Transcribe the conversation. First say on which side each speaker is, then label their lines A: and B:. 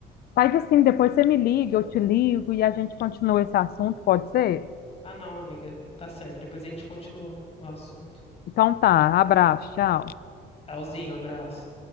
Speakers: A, on the left; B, on the left.
A: Faz assim, depois você me liga, eu te ligo e a gente continua esse assunto, pode ser?
B: Ah, não, amiga, tá certo. Depois a gente continua o assunto.
A: Então tá, abraço, tchau.
B: Tchauzinho, abraço.